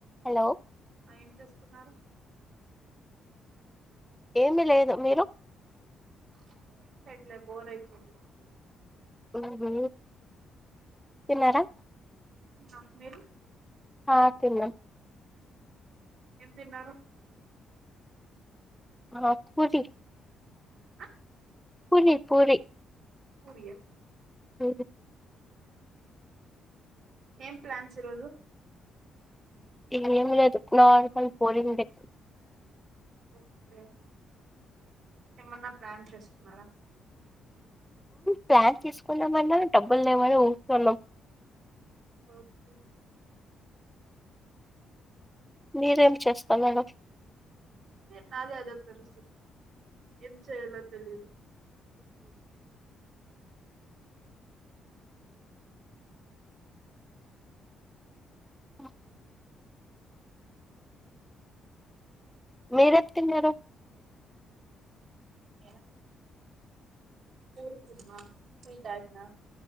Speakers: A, in the centre; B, on the right (about 65°).
A: Hello
B: ఆ ఏం చేస్తున్నారు
A: ఏమీ లేదు మీరు
B: ఏనా ఏం చేయట్లే బోర్ అయితుంది
A: ఉహూ తిన్నారా
B: న్నా మీరు
A: ఆ తిన్నాం
B: ఏం తిన్నారు
A: ఆ పూది
B: ఆ
A: పూరి పూరి
B: పూరియ
A: అ
B: ఏం ప్లాన్స్ ఇరోజు
A: ఏం లేదు నార్మల్ పోలింగ్ డే
B: ఓకే ఏమన్నా ప్లాన్ చేసుకున్నారా
A: ప్లాన్ తీసుకున్నామన్నా డబ్బులు లేమని ఊరకే ఉన్నాం
B: ఓకే
A: మీరేం చేస్తన్నరు
B: సే నాది అదే పరిస్థితి ఏం చేయాలో తెలిదు
A: ఓ మీరే తిన్నారు
B: ఎలా పూరి తిన్నా పోయితాగనా